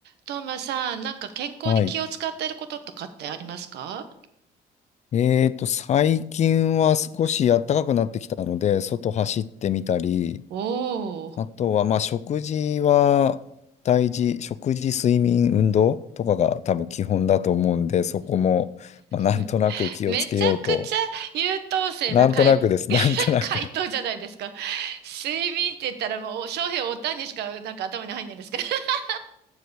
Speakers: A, on the right; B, on the left.
A: トーマさん、なんか健康に気を使っていることとかってありますか
B: はい。えーと、最近は少し暖かくなってきたので、外走ってみたり、
A: おー、
B: あとは、まあ、食事は大事、食事、睡眠、運動とかが多分基本だと思うんで、そこも、まあ、なんとなく気をつけようと。
A: め、めちゃくちゃ優等生な回、
B: なんとなくです、なんとなく
A: <laughs> 回答じゃないですか。睡眠って言ったらもう、翔平おたんにしかなんか頭に入んないんですけど、<laughs>